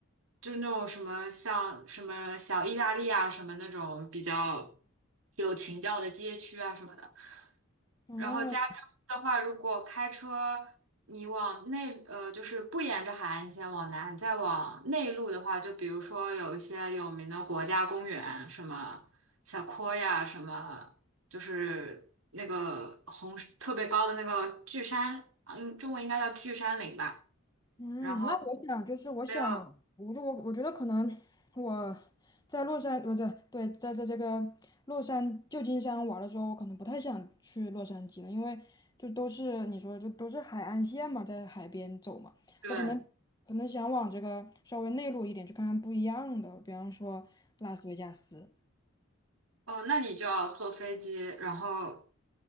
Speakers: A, on the right; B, on the left.
A: 就那种什么像什么小意大利啊，什么那种比较有情调的街区啊什么的。
B: 哦
A: 然后加州的话，如果开车你往内，呃，就是不沿着海岸线往南，再往内陆的话，就比如说有一些有名的国家公园，什么 s e q 什么就是那个红特别高的那个巨山，嗯，中文应该叫巨山岭吧。
B: 嗯，
A: 然后
B: 那我想就是我想，
A: 还有
B: 我就我我觉得可能我在洛杉不对对，在在这个洛杉旧金山玩了之后，我可能不太想去洛杉矶了，因为就都是你说就都是海岸线嘛，在海边走嘛，
A: 对，
B: 我可能可能想往这个稍微内陆一点去看看不一样的，比方说拉斯维加斯。
A: 哦，那你就要坐飞机，然后